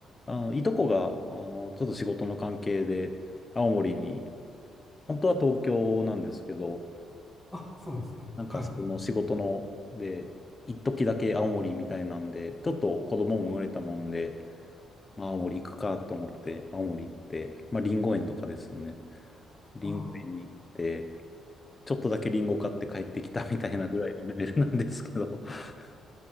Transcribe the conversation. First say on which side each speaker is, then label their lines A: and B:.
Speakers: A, on the left; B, in the centre.
A: あの、いとこが、あの、ちょっと仕事の関係で、青森に、本当は東京なんですけど、
B: あ、そうなんですね。
A: なんかその仕事ので、
B: はい。
A: 一時だけ青森みたいなんで、ちょっと子供も生まれたもんで、まあ青森行くかと思って青森行って、まあリンゴ園とかですよね。リンゴ園に行って、
B: あー
A: ちょっとだけリンゴ買って帰ってきたみたいなぐらいのレベルなんですけど、<laughs>